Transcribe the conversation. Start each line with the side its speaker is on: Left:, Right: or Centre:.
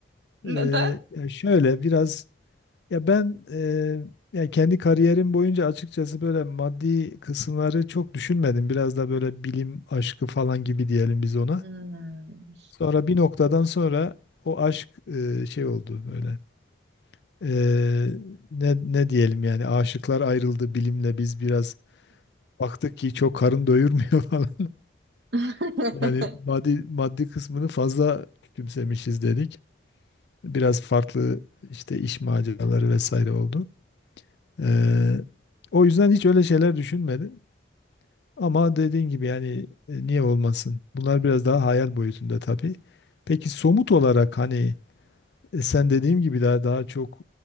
Right: Neden?
Left: Ee, ya şöyle biraz ya ben e, ya kendi kariyerim boyunca açıkçası böyle maddi kısımları çok düşünmedim. Biraz da böyle bilim aşkı falan gibi diyelim biz ona.
Right: Hmm.
Left: Sonra bir noktadan sonra o aşk e, şey oldu böyle Eee, ne ne diyelim yani aşıklar ayrıldı bilimle biz biraz baktık ki çok karın doyurmuyor <laughs> falan.
Right: <laughs> Hı
Left: Yani maddi maddi kısmını fazla küçümsemişiz dedik. Biraz farklı işte iş maceraları vesaire oldu. Eee, o yüzden hiç öyle şeyler düşünmedim. Ama dediğin gibi yani e, niye olmasın? Bunlar biraz daha hayal boyutunda tabii. Peki somut olarak hani E, Sen dediğim gibi daha daha çok